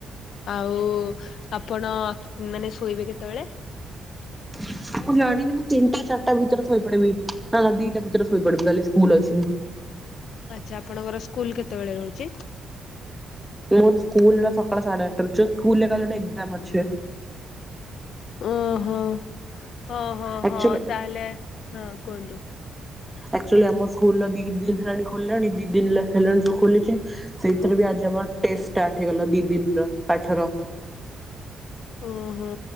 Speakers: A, on the left; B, in the centre.
A: ଆଉ ଆପଣ ମାନେ ଶୋଇବେ କେତେବେଳେ
B: <unintelligible> ମୁଁ ଜଣିନି ମୁଁ ତିନିଟା ଚାରିଟା ଭିତରେ ଶୋଇପଡିବି ନା ଦିଟା ଭିତରେ ଶୋଇ ପଡିବି କାଲି ସ୍କୁଲ ଅଛି।
A: ଆଚ୍ଛା ଆପଣଙ୍କର ସ୍କୁଲ କେତେବେଳେ ରହୁଛି?
B: ମୋର ସ୍କୁଲ୍ ସକାଳ ସାଢେ ଆଠ ର ସ୍କୁଲ୍ ରେ କାଲି ଗୋଟେ ଏକ୍ସମ୍ ଅଛି।
A: ଓ ହୋ। ଓହୋ
B: ଆକ୍ଚୁଆଲି
A: ହଉ ତାହଲେ ହଁ କୁହନ୍ତୁ?
B: ଆଚୁଆଲି ଆମ ସ୍କୁଲ ଦି ଦିନ ହେଲାଣି ଖୋଲିଲାଣି ଦି ଦିନ ହେଲାଣି ଯୋଉ ଖୋଲିଛି ସେଇଥିରେ ବି ଆଜି ଆମ ଟେଷ୍ଟେ ଷ୍ଅଟେ ହେଇଗଲା ଦି ଦିନର ପାଠର।
A: ଓହୋ